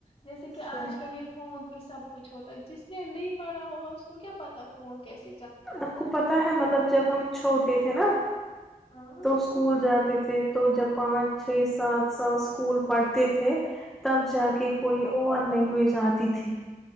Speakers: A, on the left (about 40°); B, in the centre.
A: جیسے
B: ہے
A: کہ آج کل یہ فون تو سب کچھ ہوتا ہے جس نے نہیں پڑھا ہوگا اس کو کیا پتا فون کیس
B: آپ کو پتا ہے مطلب جب ہم چھوٹے تھے نا
A: ہاں
B: تو اسکول جاتے تھے تو جب پانچ چھ سات سال اسکول پڑھتے تھے تب جا کے کوئی اور لینگویج آتی تھی